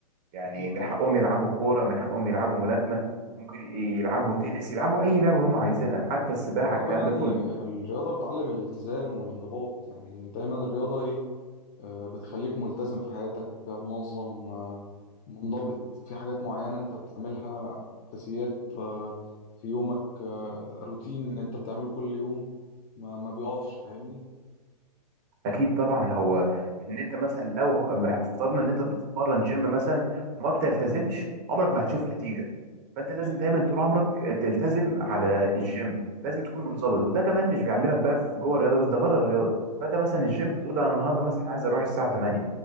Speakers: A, on the right; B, on the left.
A: يعني
B: أكيد
A: من
B: طبعا
A: حقهم يلعبوا كورة من حقهم يلعبوا ملاكمة ممكن يلعبوا تنس يلعبوا أي لعبة هم عايزينها حتى السباحة
B: وبرضه
A: الكلام
B: يعني
A: ده كله
B: الرياضة بتعلم الالتزام والانضباط يعني دايما الرياضة إيه آه، بتخليك ملتزم في حياتك منظم آه، منضبط في حاجات معينة أنت بتعملها أساسيات آه، في يومك آه، روتين أنت بتعمله كل يوم ما, ما بيقفش فاهمني
A: اكيد طبعا هو ان انت مثلا لو افترضنا ان انت بتتمرن جيم مثلا وما بتلتزمش عمرك ما هتشوف نتيجه فانت
B: أكيد
A: لازم دايما طول عمرك تلتزم على الجيم لازم تكون منضبط وده كمان مش بيعلمك بقى في جوه الرياضه بس ده بره الرياضه فانت مثلا الجيم تقول انا النهارده مثلا عايز اروح الساعه 8